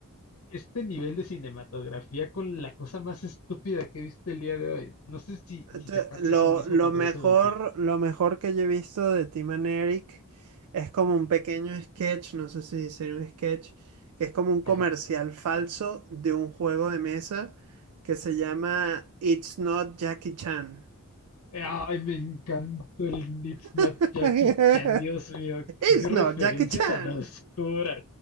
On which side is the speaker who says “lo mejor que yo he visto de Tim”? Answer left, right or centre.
Right